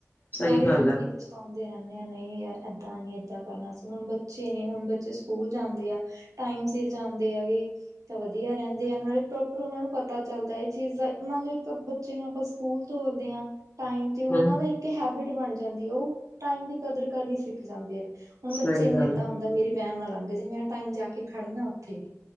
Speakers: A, on the left; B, on the right.
A: ਸਹੀ
B: ਸਾਰੀ
A: ਗੱਲ
B: ਜ਼ਿੰਦਗੀ
A: ਹੈ
B: ਪਛਤਾਉਂਦੇ ਰਹਿੰਦੇ ਹਾਂ ਨਹੀਂ ਯਾਰ ਇੱਦਾਂ ਨਹੀਂ ਇੱਦਾਂ ਕਰਨਾ ਅਸੀਂ ਹੁਣ ਬੱਚੇ ਨੇ ਹੁਣ ਬੱਚੇ ਸਕੂਲ ਜਾਂਦੇ ਆ ਟਾਈਮ ਸਿਰ ਜਾਂਦੇ ਹੈਗੇ ਤਾਂ ਵਧੀਆ ਰਹਿੰਦੇ ਆ ਨਾਲੇ ਪ੍ਰੋਪਰ ਉਹਨਾਂ ਨੂੰ ਪਤਾ ਚੱਲਦਾ ਇਹ ਚੀਜ਼ ਦਾ ਨਾਲੇ ਇੱਕ ਬੱਚੇ ਆਪਾਂ ਸਕੂਲ ਤੋਰਦੇ ਹਾਂ ਟਾਇਮ ਤੇ ਉਹ
A: ਹਮ
B: ਦਾ ਇੱਕ ਹੈਬਿਟ ਬਣ ਜਾਂਦੀ ਹੈ ਉਹ ਟਾਈਮ ਦੀ ਕਦਰ ਕਰਨੀ ਸਿੱਖ ਜਾਂਦੇ ਹੈ ਹੁਣ ਬੱਚੇ
A: ਸਹੀ
B: ਨੂੰ
A: ਗੱਲ
B: ਏਦਾਂ
A: ਹੈ
B: ਹੁੰਦਾ ਮੇਰੀ ਵੈਨ ਨਾਲ ਲੰਘ ਜੇ ਮੈਂ ਟਾਈਮ ਜਾ ਕੇ ਖੜਨਾ ਉੱਥੇ